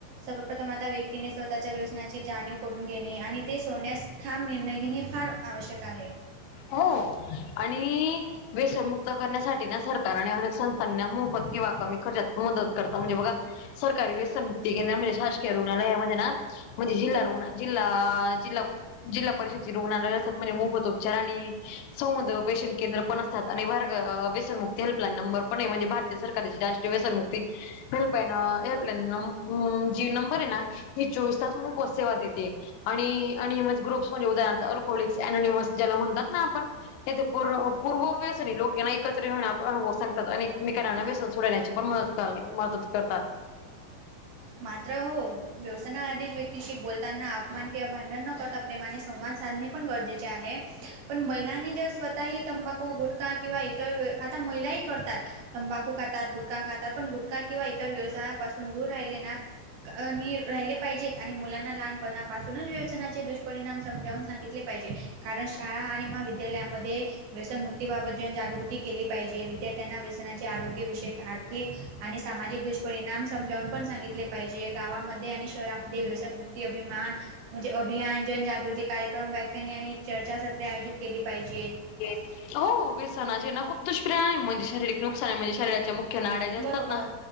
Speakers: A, on the right; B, on the left.
A: सर्वप्रथम आता व्यक्तीने स्वतःच्या व्यवसनाची जाणीव ऊन घेणे आणि ते सोडण्यास ठाम निर्णय घेणे हे फार आवश्यक आहे.
B: हो आणि व्यसनमुक्त करण्यासाठी ना सरकारने अनेक संस् त्यांना मोफत किवा कमी खर्च्यात मदत करत म्हणजे बघा सरकारी व्यसन मुक्ती केंद्र म्हणे शासकीय रुग्णालयामध्ये ना म्हणजे जिल्हा रुग्ना जिल्हा जिल्हा जिल्हा परिषदेची रुग्णालय असतात म्हणजे मोफत होत चराणी समुद पेशन केंद्र पण असतात भारग आणि व्यसनमुक्ती हेल्पलाईन नंबर पण हे म्हणजे भ सरकारची जा <unintelligible> व्यसन होती हेल्पलाईन हेल्पलाईन म नंबर हे ना हे चोवीस तास म सेवा देते आणि ग्रुप्स म्हणेदाहरणार्थ अल्कोहोललिकस अनोनिमस <unintelligible> ज्याला म्हणतात ना आपण. तिथे पूर् पूर्व व्यसनी लोक हाय ना एकत्र येऊन आपला अनुभव सांगतात आणी एकमेकांना व्यसन सोडण्याची पण मदत चाल मदत करणार.
A: मात्र हो व्यवसाना आधीच व्यक्तीशी बोलताना मान किंवा भांडण न करता प्रेमाने संवाद साधणे पण गरजेचे आहे पण महिलांनी जर स्वः आताही तंबाखू गुटखा किंवा इतर आता महिलाही करतात. तंबाखू खातात गुटखा खातात पण गुटखा किंवा इतर व्यवसायापासून दूर राहिले ना अ नि राहिले पाहिजेत आणि मुलांना लहानपणापासूनच व्यवसनाचे दुष्परिणाम समजावून सांगितले पाहिजे. कारण शाळा आणि माविद्यालयामध्ये व्यसनमुक्तीबाबत जनजागृती केली पाहिजे, विद्यार्थ्यांना व्यसनाचे आरोग्य विषयक आर्थिक आणि सामाजिक दुष्परिणाम समजावून पण सांगितले ले पाहिजे गावामध्ये आणि शहरामध्ये व्यसनमुक्ती अभिमान म्हणजे अभियान जनजागृती कार्य क्रम व्याख्याने आणि चर्चासत्रे आयोजित केली पाहिजेत.
B: हो व्यसनाचे ना खूप दुष्यपरिणाम आहे, म्हजे शारीरिक नुकसान आहे म्हणजे शरीराच्या ख्य नाड्या ज्या असतात
A: बरोबर
B: ना.